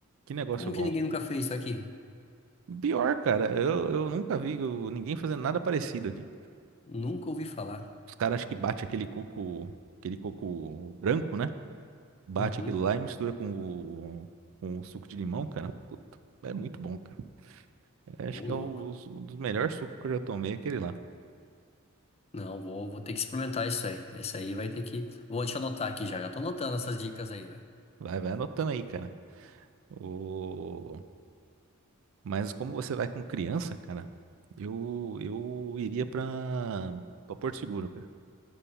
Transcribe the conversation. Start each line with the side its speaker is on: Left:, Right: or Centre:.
Right: Que negócio
Left: como
Right: bom.
Left: que ninguém nunca fez isso aqui?
Right: Pior, cara, eu, eu nunca vi eu- ninguém fazendo nada parecido aqui.
Left: Nunca ouvi falar.
Right: Os caras acham que bate aquele coco, aquele coco branco, né? Bate
Left: Uhum,
Right: aquilo lá e mistura com o, com o suco de limão, cara. Puta, é muito bom, cara. Acho
Left: um
Right: que
Left: louco.
Right: é o- um dos melhores sucos que eu já tomei, é aquele lá.
Left: Não, vou, vou ter que experimentar isso aí. Isso aí vai ter que. Vou te anotar aqui já. Já tô anotando essas dicas aí, velho.
Right: Vai, vai anotando aí, cara. O... Mas como você vai com criança, cara, eu, eu iria pra, pra Porto Seguro, cara.